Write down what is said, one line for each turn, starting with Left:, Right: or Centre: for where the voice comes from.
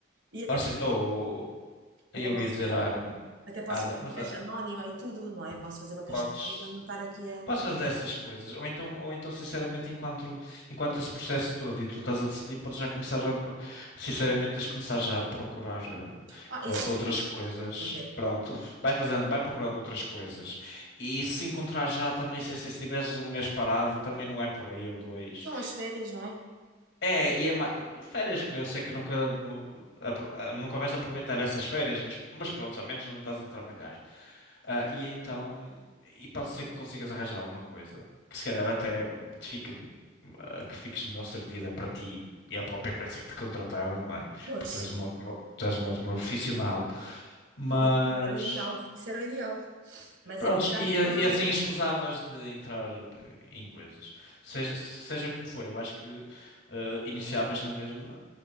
Right: E até,
Left: Ou, se- ou-
Right: até
Left: eu
Right: posso
Left: ia dizer,
Right: fazer
Left: ah,
Right: uma, até posso
Left: há
Right: fazer
Left: de-
Right: uma
Left: mas
Right: caixa
Left: ah,
Right: anónima e tudo, não é? Posso fazer uma caixa
Left: podes.
Right: anónima e não estar aqui a.
Left: Podes fazer essas coisas, ou então, ou então sinceramente, enquanto, enquanto esse processo todo e tu estás a decidir, podes já começar a, sinceramente, tens de começar já a procurar eh,
Right: Ah, isso
Left: o- outras
Right: sim.
Left: coisas.
Right: Pois é.
Left: Pronto, vai fazendo, vai procurando outras coisas. E se encontrar já também, se, se estiveres um mês parado, também não é por aí ou dois.
Right: São as férias, não é?
Left: É, e é ma- férias que eu sei que nunca, mo- apro- ah, nunca vais aproveitar essas férias, mas, mas pronto, ao menos não estás a trabalhar. Ah, e então, e pode ser que consigas arranjar alguma coisa, que se calhar até te fique, ah, que fiques melhor servida para ti e a própria empresa que te contrataram, não é?
Right: Pois.
Left: Porque tu és uma ótima, tu és uma ótima profissional, mas.
Right: Isso era o ideal. Isso era o ideal. Mas
Left: Prontos,
Right: entretanto
Left: e, e
Right: também.
Left: assim escusavas de entrar em coisas. Seja, seja como for, eu acho que eh, iniciavas na mesma